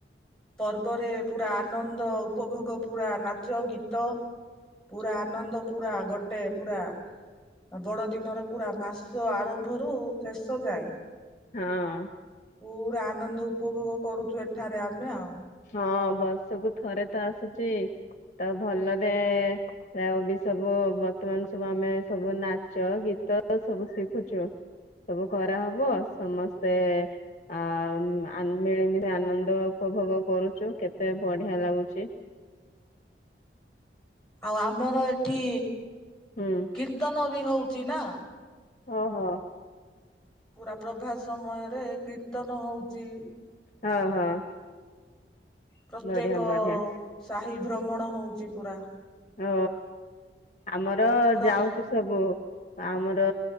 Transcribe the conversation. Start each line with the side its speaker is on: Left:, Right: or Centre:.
Centre: ପର୍ବରେ ପୁରା ଆନନ୍ଦ ଉପଭୋଗ ପୁରା ନାଚ, ଗୀତ ପୁରା ଆନନ୍ଦ ପୁରା ଗୋଟେ ପୁରା ଆ ବଡ ଦିନର ପୁରା ମାସ ଆରମ୍ଭରୁ ଶେଷ ଯାଏ
Left: ହଁ।
Centre: ପୁରା ଆନନ୍ଦ ଉପଭୋଗ କରୁଚୁ ଏଠାରେ ଆମେ ଆଉ।
Left: ହଁ, ବର୍ଷକୁ ଥରେ ତ ଆସୁଚି ତ ଭଲରେ ଆ ଏବି ସବୁ ବର୍ତ୍ତମାନ ସବୁ ଆମେ ସବୁ ନାଚ ଗୀତ ସବୁ ଶିଖୁଚୁ। ସବୁ କରାହବ। ସମସ୍ତେ ଆ ଆ ମିଳିମିଶି ଆନନ୍ଦ ଉପଭୋଗ କରୁଚୁ। କେତେ ବଢିଆ ଲାଗୁଚି।
Centre: ଆଉ ଆମର ଏଠି
Left: ହୁଁ।
Centre: କୀର୍ତ୍ତନ ବି ହଉଛି ନା।
Left: ଓହୋ।
Centre: ପୁରା ପ୍ରଭାତ ସମୟରେ କୀର୍ତ୍ତନ ହଉଛି।
Left: ହଁ ହଁ।
Centre: ପ୍ରତ୍ୟେକ
Left: ବଢିଆ ବଢିଆ
Centre: ସାହି ଭ୍ରମଣ ହଉଛି ପୁରା।
Left: ଓ ଆମର
Centre: ପୁରା
Left: ଯାଉଛୁ ସବୁ ଆମର